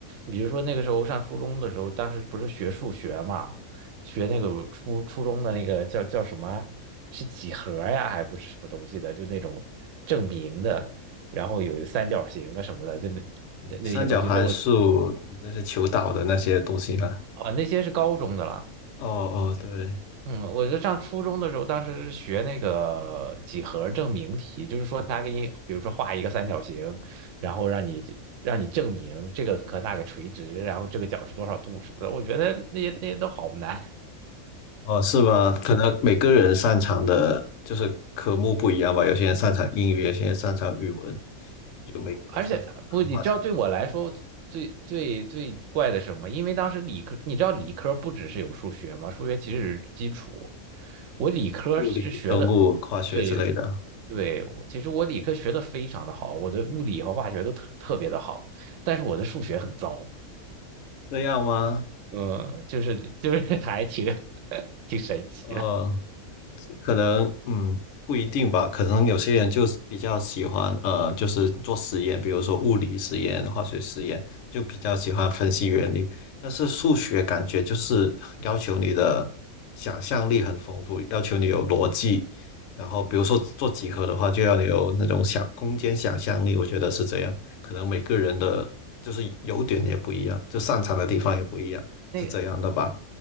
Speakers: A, on the right; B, on the left.
A: 比如说那个时候上初中的时候，当时不是学数学嘛，学那个初初中的那个叫叫什么，是几何呀，还不是什么东西的，就那种证明的，然后有三角形啊什么的，就那那那些东西，
B: 三角函数那些求导的那些东西啦。
A: 那我啊那些是高中的了。
B: 哦哦，对，
A: 嗯，我就上初中的时候，当时是学那个几何证明题，就是说他给你，比如说画一个三角形，然后让你让你证明这个和那个垂直，然后这个角是多少度什么的。我觉得那些那些都好难。
B: 哦是吗？可能每个人擅长的就是科目不一样吧，有些人擅长英语，有些人擅长语文，就每个人擅长的话，
A: 而且不，你知道对我来说最最最怪的什么？
B: 像
A: 因为当时理科，你知道理科不只是有数学吗？数学其实是基础。我理科是学的，
B: 物理、生物、化学之类的，
A: 对对，我其实我理科学的非常的好，我的物理和化学都特特别的好，但是我的数学很糟，
B: 这样吗？
A: 嗯，就是就是还挺 <laughs> 挺神奇的。
B: 哦。可能嗯不一定吧，可能有些人就是比较喜欢呃，就是做实验，比如说物理实验、化学实验，就比较喜欢分析原理。但是数学感觉就是要求你的想象力很丰富，要求你有逻辑。然后比如说做几何的话，就要你有那种想空间想象力，我觉得是这样。可能每个人的就是优点也不一样，就擅长的地方也不一样，
A: 那个，
B: 是这样的吧？